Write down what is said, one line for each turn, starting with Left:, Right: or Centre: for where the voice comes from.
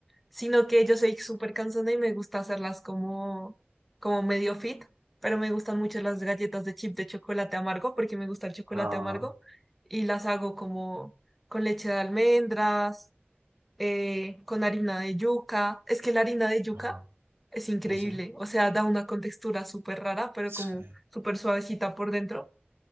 Centre: sino que yo soy súper cansona y me gusta hacerlas como, como medio fit, pero me gustan mucho las galletas de chip de chocolate amargo porque me gusta el chocolate
Right: Ah,
Centre: amargo y las hago como con leche de almendras, eh, con harina de yuca. Es que la harina de yuca
Right: wow.
Centre: es increíble,
Right: Ujú.
Centre: o sea, da una contextura súper rara, pero
Right: Sí.
Centre: como súper suavecita por dentro